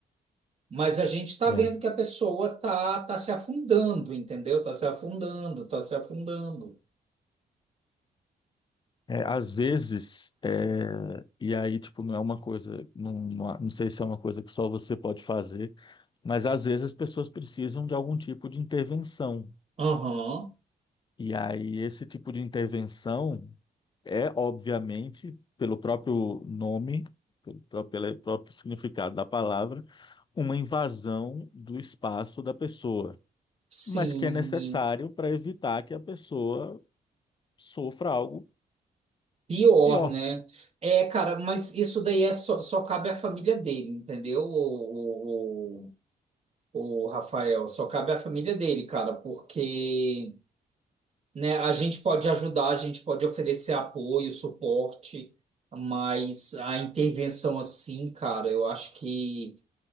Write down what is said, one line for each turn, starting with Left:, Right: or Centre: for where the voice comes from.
Right: Mas a gente tá
Left: é.
Right: vendo que a pessoa tá, tá se afundando, entendeu? Tá se afundando, tá se afundando.
Left: É, às vezes, é, e aí, tipo, não é uma coisa, não, não, não sei se é uma coisa que só você pode fazer, mas às vezes as pessoas precisam de algum tipo de intervenção.
Right: Aham,
Left: E aí, esse tipo de intervenção é, obviamente, pelo próprio nome, pelo pró- pelo próprio significado da palavra, uma invasão do espaço da pessoa,
Right: sim.
Left: mas que é necessário para evitar que a pessoa sofra algo
Right: Pior,
Left: pior.
Right: né? É, cara, mas isso daí é só, só cabe à família dele, entendeu? O, o, o, o Rafael, só cabe à família dele, cara, porque, né, a gente pode ajudar, a gente pode oferecer apoio, suporte, mas a intervenção assim, cara, eu acho que,